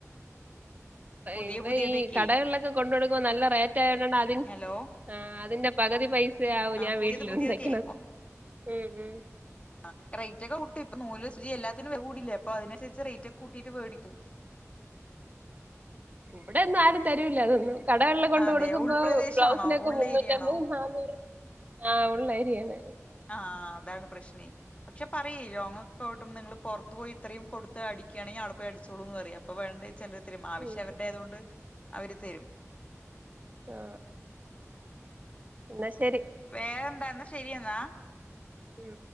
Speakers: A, on the left; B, on the right.
A: പുതിയ
B: ഇവ
A: പുതിയതൊക്കെ
B: ഈ കടകളിലൊക്കെ കൊണ്ട കൊടുക്കുമോ നല്ല അതി
A: ഹലോ
B: ആ അതിന്റെ പകുതി പൈസയാവും
A: ആഹ്
B: ഞാൻ
A: പുതിയത്
B: വീട്ടിലിര്ന്ന്
A: പുതിയതൊക്കെ
B: ണ്ടാക്കുന്നത് ഉം ഉം
A: ആ റേറ്റ് ക്കെ ഇപ്പൊ നൂല് സൂചി എല്ലാറ്റിനും കൂടില്ലേ അപ്പ അതിനുരിച്ച് റേറ്റ് ഒക്കെ കൂട്ടീട്ട് വേടിക്കും
B: ഇവിടെ ഒന്നും ആരും തരൂല അതൊന്നും കടകെള്ള കൊണ്ട്
A: അതെ
B: കൊടുക്കുമോ
A: ഉൾപ്രദേശാണോ
B: ബ്ലൗസിനൊക്കെ
A: ഉള്ള
B: മുന്നൂറ്റമ്പത്
A: ഏരിയാണോ
B: നാന്നൂറ് ആഹ് ഉള്ളരിയാണ്
A: ആ അതാണ് പ്രശ്നേ പക്ഷെ പറയ രോങ്ങൊക്കെ വിട്ടുമ്പോ നിങ്ങള് പുറത്ത് പോയി ഇത്രയും കൊടുത്ത് അടിക്കുകയാണെിൽ അവിടെ പോയി അടിച്ചോളൂന്ന് പറ അപ്പ വേണ്ടത് ചിലർ തരും ആവശ്യം
B: ഉം
A: അവരുടെ ആതുകൊണ്ട് അവര് തരും
B: ആ എന്നാ ശരി
A: വേറെ എന്താന്താ ശരിയെന്നാ
B: ഉം